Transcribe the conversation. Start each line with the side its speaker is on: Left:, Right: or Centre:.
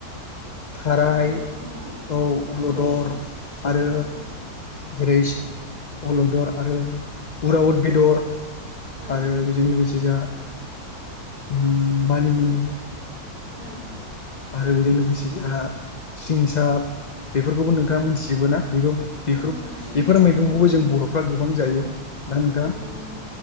Left: थाराइखौ
Right: अलदरबो दङ औ
Left: अलदर
Right: थाराय दङ
Left: आरो
Right: औ
Left: जेरै अलदर आरो उराउद बेदर
Right: औ
Left: आरो बेजों लोगोसे जोंहा मानिमुनि
Right: औ
Left: आरो बेजों लोगोसे जोंहा सिंसाब बेफोरखौबो नोंथाङा मोनथिजोबो ना बेबोफोर
Right: औ मोनथियो
Left: बेफोर
Right: नोंथां
Left: मैगंखौबो
Right: औ
Left: जों बर'फ्रा गोबां जायो ना नोंथां
Right: औ नंगौ